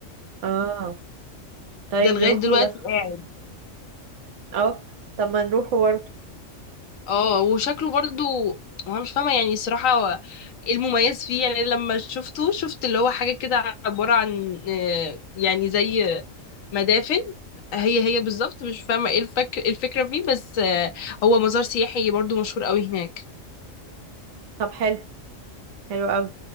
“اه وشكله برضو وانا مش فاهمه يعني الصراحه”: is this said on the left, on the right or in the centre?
Left